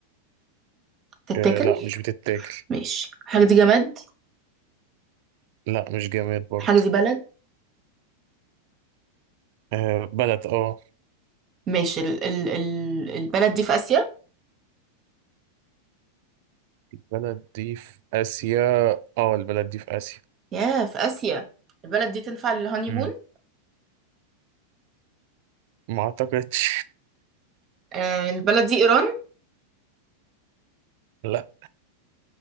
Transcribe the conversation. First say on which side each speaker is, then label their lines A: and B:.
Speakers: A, on the right (about 35°); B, on the right (about 60°).
A: تتاكل
B: آه لا مش بتتاكل
A: ماشي الحاجة دي جماد
B: لا مش جماد برضه
A: الحاجة دي بلد
B: آه بلد اه
A: ماشي ال ال ال البلد دي في آسيا
B: بلد دي في آسيا اه البلد دي في آسيا
A: يا في آسيا البلد دي تنفع للهانيمون
B: مم. ما أعتقدش
A: آه البلد دي إيران
B: <laughs> لا